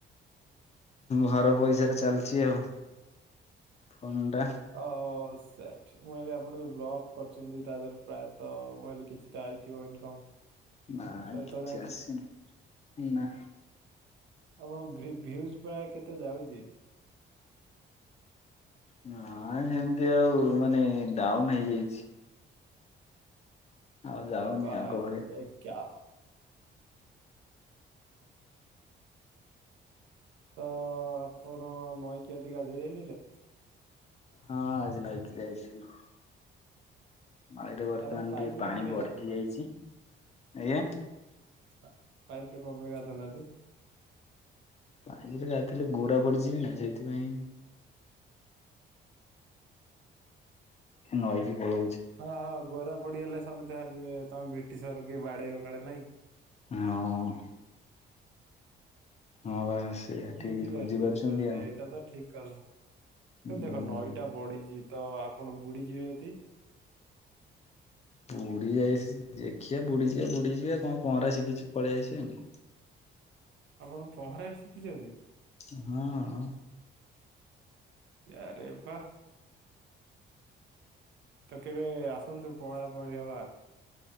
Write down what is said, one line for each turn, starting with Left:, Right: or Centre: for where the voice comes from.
Left: ଘର ପଇସାରେ ଚାଲିଚି ଆଉ ଫୋନ ଟା।
Right: ଓ ସେଟ୍। ମୁଁ ଭାବିଲି ଆପଣ ଯୋଉ ବ୍ଲଗ କରିଚନ୍ତି ତା ଦେହରେ ପ୍ରାୟତଃ ମୁଁ ଭାବିଲି କିଛିଟା ଆଇଥିବ ଇନକମ୍।
Left: ନା
Right: ତ ଏତେବେଳେ
Left: କିଛି
Right: ଯାଏଁ
Left: ଆସିନି ନା।
Right: ଆପଣଙ୍କ ଭି ଭ୍ୟୁଜ୍ ପ୍ରାୟ କେତେ ଯାଉଚି?
Left: ନା ସେମିତି ଆଉ ମାନେ ଡାଉନ ହେଇଯାଇଚି। ଆଉ ଯାଉନି
Right: ଆରେ ଭାଇ
Left: ଆଗ ଭଳିଆ
Right: ୟେ କ୍ୟା ତ ଆପଣ ନଈକିଆଜି ଗାଧେଇ ଯାଇଥିଲେ?
Left: ହଁ ଆଜି ନଇକି ଯାଇଥିଲି। ନଇରେ ବର୍ତ୍ତମାନ
Right: ଆପଣ ପାଇପ
Left: ଟିକେ
Right: ରେ
Left: ପାଣି
Right: କଣ ପାଇଁ
Left: ବଢିଇଯାଇଚି।
Right: ଗାଧଉନାହାନ୍ତି?
Left: ଆଜ୍ଞା?
Right: ପାଇପରେ କଣ ପାଇଁ ଗାଧଉ ନାହାନ୍ତି?
Left: ପାଇପରେ ଗାଧେଇଲେ ଗୋରା ପଡିଯିବି ନା ସେଇଥିପାଇଁ ନଇକି ପଳଉଚି।
Right: ଓହୋ ଗୋରା ପଡିଗଲେ ସମସ୍ତେ ଭାବିବେ ତମେ ବ୍ରିଟିଶର କିଏ ବାଡେଇବ କାଳେ ନାଇଁ କି?
Left: ହଁ। ହଁ ବା। ସେଇଆ ଠିକ
Right: ବୁଝିପାରୁଚି
Left: ବୁଝିପାରୁଛନ୍ତି
Right: ବୁଝିପାରୁଚି
Left: ଆଉ
Right: ଏଇଟା ତ ଠିକ।
Left: ହୁଁ।
Right: ଦେଖ ନଈଟା ବଢିଚି ତ ଆପଣ ବୁଡିଯିବେ ଯଦି।
Left: ବୁଡି ଯାଇସି ଦେଖିଆ ବୁଡିଯିବା ବୁଡିଯିବା କଣ ପହଁରା ଶିଖିଚି ପଳେଇଆସିଆନି।
Right: ଆପଣ ପହଁରା ବି ଶିଖିଚନ୍ତି?
Left: ହଁଅଁ
Right: ୟାରେ ବାଃ। ତ କେବେ ଆସନ୍ତୁ ପହଁରା ପହଁରି ହବା।